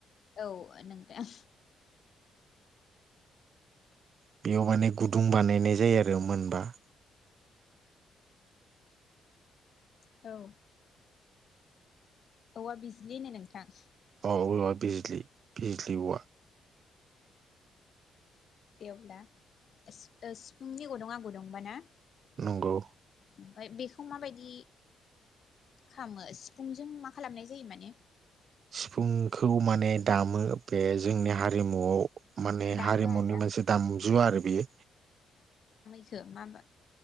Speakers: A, on the left; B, on the right.
A: औ नोंथां
B: बेयाव माने गुदुं बानायनाय जायो आरो मोनबा
A: औ औवा बिजलिनो नोंथां
B: अ औवा बिजलि बिजलि औवा
A: दे अब्ला सि ओ सिफुंनि गदं आ गदंबा ना
B: नंगौ
A: ओमफाय बेखौ माबायदि खामो सिफुंजों मा खालामनाय जायो माने
B: सिफुंखौ माने दामो बे जोंनि हारिमुआव माने
A: दामो
B: हारिमुनि
A: आरो ना
B: मोनसे दामजु आरो बेयो
A: खो माबा